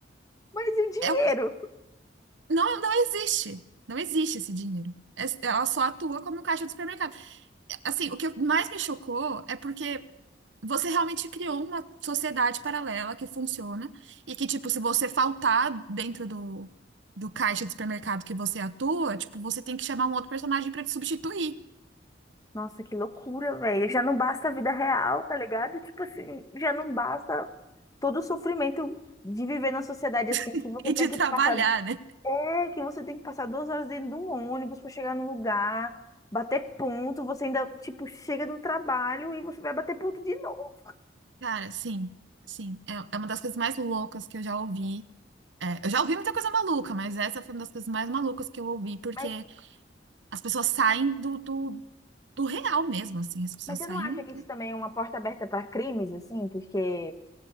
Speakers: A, on the left; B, on the right.
A: Mas e o dinheiro?
B: É um, não, não existe. Não existe esse dinheiro. É- ela só atua como caixa de supermercado. assim, o que mais me chocou é porque você realmente criou uma sociedade paralela que funciona e que, tipo, se você faltar dentro do, do caixa do supermercado que você atua, tipo, você tem que chamar um outro personagem pra te substituir
A: Nossa, que loucura, velho. Já não basta a vida real, tá ligado? Tipo assim, já não basta todo o sofrimento de viver na sociedade assim,
B: <laughs>
A: que você
B: e te
A: tem que
B: trabalhar,
A: passar.
B: né?
A: É, que você tem que passar duas horas dentro de um ônibus pra chegar no lugar, bater ponto, você ainda, tipo, chega do trabalho e você vai bater ponto de novo.
B: Cara, sim, sim. É, é uma das coisas mais loucas que eu já ouvi. É, eu já ouvi muita coisa maluca, mas essa foi uma das coisas mais malucas que eu ouvi, porque
A: Mas,
B: as pessoas saem do, do, do real mesmo, assim, as pessoas
A: mas você
B: saem.
A: não acha que isso também é uma porta aberta para crimes, assim? Porque